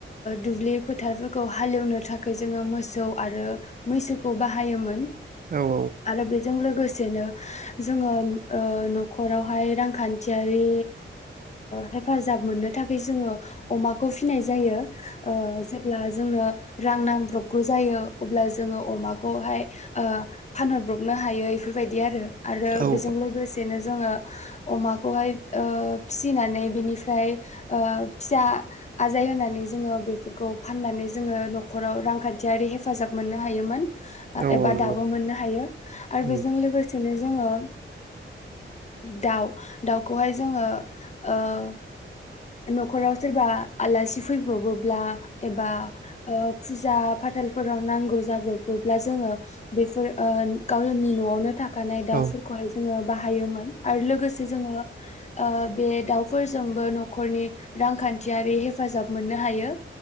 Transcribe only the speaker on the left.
दुब्लि फोथारफोरखौ हालेवनो थाख जोङो मोसौ आरो मैसोखौ बाहायोमोन
आरो बेजों लोगोसेनो जोङो नखरावहाय रांखान्थियारि। हेफाजाब मोननो थाखाय जोङो अमाखौ फिनाय जायो जेब्ला जोंनो रां नांब्रबगौ जायो अब्ला जोङो अमाखौहाय फानहरब्रबनो हायो बेफोरबायदि आरो आरो
बेजों लोगोसेनो जोङो अमाखौहाय। फिसिनानै बेनिफ्राय फिसा आजाय होनानै जोङो बेफोरखौ फाननानै जोङो नखराव रांखान्थियारि हेफाजाब मोननो हायोमोन
एबा
दाबो मोननो हायो
आरो बेजों
लोगोसेनो जोङो दाउ दाउखौहाय जोङो। औ। नखराव सोरबा आलासि फैब्रबोब्ला एबा फुजा फाथालफोराव नांगौ जाब्रब्ला जोङो बेफोर गावनि नआवनो थाखानाय
दाउफोरखौहाय जोङो बाहायोमोन आरो लोगोसे जोङो बे दाउफोरजोंबो। नखरनि रांखान्थियारि हेफाजाब मोननो हायो